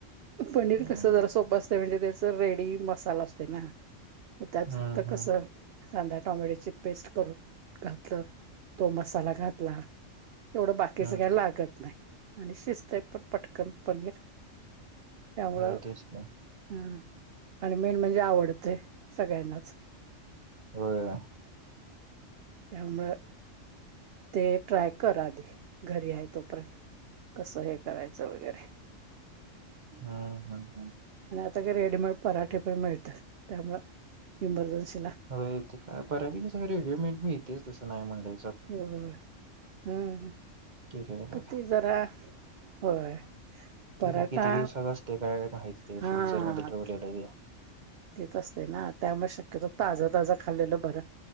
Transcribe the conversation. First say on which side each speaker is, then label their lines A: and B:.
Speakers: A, on the right; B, on the right.
A: पनीर
B: हम्म
A: कस जरा सोप असतय म्हणजे ते च रेडी मसाला असतोय ना म त्यात
B: हम्म
A: फक्त
B: हम्म
A: कसं कांदा, टॉमॅटोची पेस्ट करून घातलं तो मसाला घातला एवढं बाकीचं
B: हम्म
A: काही लागत नाही आणि शिजतय पण पटकन पनीर त्यामुळं
B: होय तेच की
A: हम्म आणि मेन म्हणजे आवडतय सगळ्यांनाच
B: होय.
A: त्यामुळं ते ट्राय करा आधी घरी आहे तोपर्यंत कसं हे करायचं वगैरे
B: हम्म हम्म हम्म.
A: ते काय रेडीमेड पराठे पण मिळत त्यामुळं इमर्जन्सी
B: होय ते काय बऱ्यापैकी सगळं रेडीमेड मिळतच तसं नाय म्हणलंय
A: होय ह
B: <unintelligible>
A: पण ते जरा होय पराठा
B: किती दिवसाच असते काय हे माहित
A: हा
B: फ्रीझर मध्ये ठेवलेलं हे
A: तेच असते ना त्यामुळे शक्यतो ताज ताजं खाल्लेलं बरं